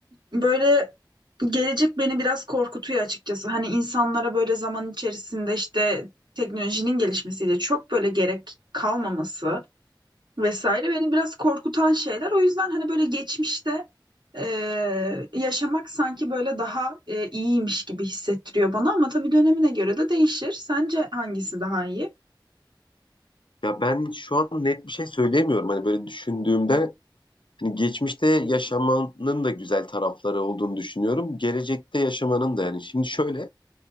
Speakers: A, on the right; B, on the left.
A: böyle gelecek beni biraz korkutuyor açıkçası. Hani insanlara böyle zaman içerisinde işte teknolojinin gelişmesiyle çok böyle gerek kalmaması. vesaire beni biraz korkutan şeyler. O yüzden hani böyle geçmişte e, yaşamak sanki böyle daha e, iyiymiş gibi hissettiriyor bana ama tabii dönemine göre de değişir. Sence hangisi daha iyi?
B: Ya ben şu an net bir şey söyleyemiyorum. Hani böyle düşündüğümde Şimdi geçmişte yaşamanın da güzel tarafları olduğunu düşünüyorum. Gelecekte yaşamanın da yani. Şimdi şöyle,